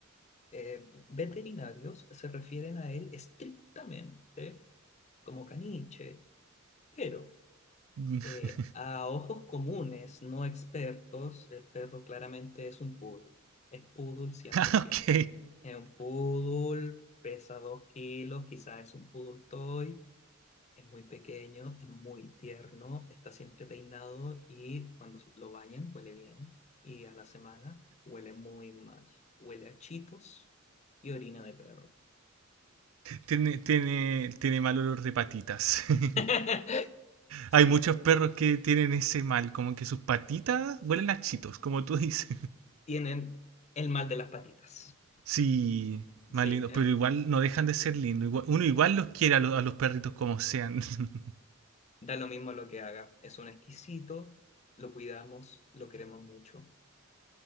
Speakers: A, on the left; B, on the right.
A: eh, veterinarios se refieren a él estrictamente como caniche, pero
B: <laughs>
A: eh, a ojos comunes, no expertos, el perro claramente es un poodle. Es poodle cien por
B: Ok,
A: ciento Es un poodle, pesa 2 kilos, quizás es un poodle toy. Es muy pequeño, es muy tierno, está siempre peinado y cuando lo bañan huele bien. Y a la semana huele muy mal. Huele a chitos y orina de perro.
B: tiene, tiene, tiene mal olor de patitas. <laughs>
A: <laughs> Sí,
B: Hay muchos perros que tienen ese mal, como que sus patitas huelen a chitos, como tú <laughs> dices.
A: tienen el mal de las patitas.
B: Sí,
A: Sí,
B: más lindo,
A: eh,
B: pero igual no dejan de ser lindos. Igual- Uno igual los quiere a lo- a los, perritos como sean. <laughs>
A: da lo mismo lo que haga. Es un exquisito, lo cuidamos, lo queremos mucho.